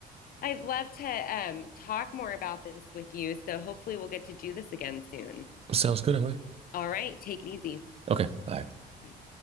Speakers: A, on the left; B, on the right.
A: I'd love to um, talk more about this with you, so hopefully we'll get to do this again soon.
B: Sounds good, Emily.
A: All right, take it easy.
B: Okay. Bye.
A: Bye.